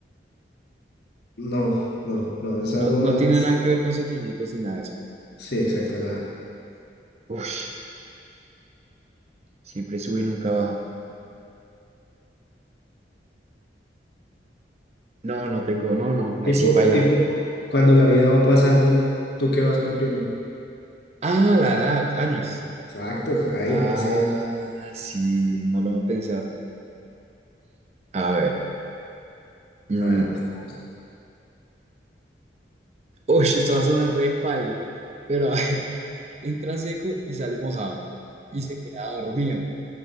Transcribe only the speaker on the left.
No, no, no, es
algo
más.
Sí, exacto, nada.
Tipo,
tipo, cuando la vida va pasando, ¿tú qué vas cumpliendo?
Exacto, ahí,
ese es.
A ver, vas tú, vas tú.